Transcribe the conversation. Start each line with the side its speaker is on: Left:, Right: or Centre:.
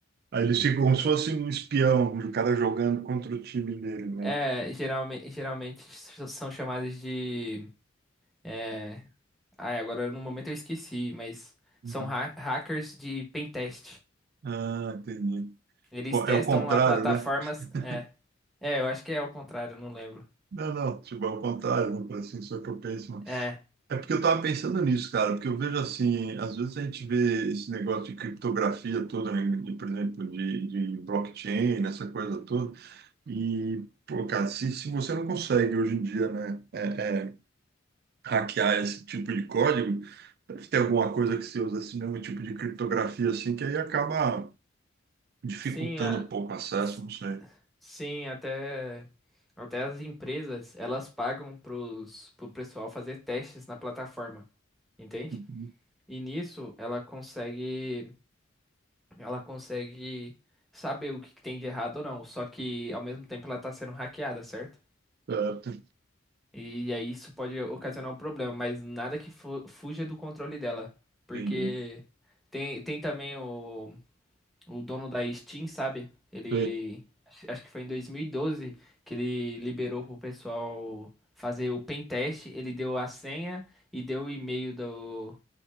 Right: Aí eles ficam
Centre: Pois
Right: como se fosse
Centre: é.
Right: um espião, o cara jogando contra o time dele, né?
Centre: É, geralmente, geralmente são chamadas de. É, ai, agora no momento eu esqueci, mas
Right: Uhum.
Centre: são ha- hackers de pentest.
Right: Ah, entendi.
Centre: Eles
Right: Co-
Centre: testam
Right: É o contrário,
Centre: a plataformas.
Right: né? <laughs>
Centre: É, é, eu acho que é ao contrário, eu não lembro.
Right: Não, não, tipo, é o contrário, não, assim, só que eu penso.
Centre: É,
Right: É porque eu tava pensando nisso, cara, porque eu vejo assim, às vezes a gente vê esse negócio de criptografia toda, né, de, por exemplo, de, de blockchain, essa coisa toda, e, pô, cara, se, se você não consegue hoje em dia, né, é, é, hackear esse tipo de código, deve ter alguma coisa que você usa esse mesmo tipo de criptografia, assim, que aí acaba dificultando
Centre: sim, a-
Right: um pouco o acesso,
Centre: s-
Right: não sei.
Centre: sim, até até as empresas, elas pagam pros pro pessoal fazer testes na plataforma, entende?
Right: Uhum.
Centre: E nisso ela consegue ela consegue saber o que que tem de errado ou não, só que ao mesmo tempo ela tá sendo hackeada, certo?
Right: Certo,
Centre: E aí isso pode ocasionar um problema, mas nada que fu- fuja do controle dela, porque
Right: entendi.
Centre: tem tem também o O dono da Steam, sabe? Ele.
Right: Sei.
Centre: Acho acho que foi em 2012 que ele liberou pro pessoal fazer o pen teste. Ele deu a senha e deu o e-mail do,